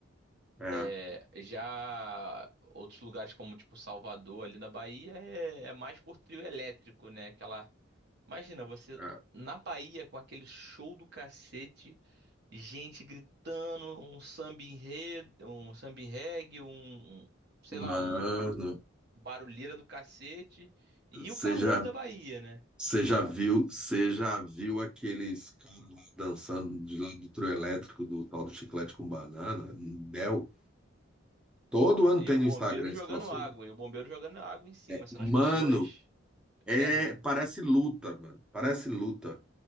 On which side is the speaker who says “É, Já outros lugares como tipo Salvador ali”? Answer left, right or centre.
Right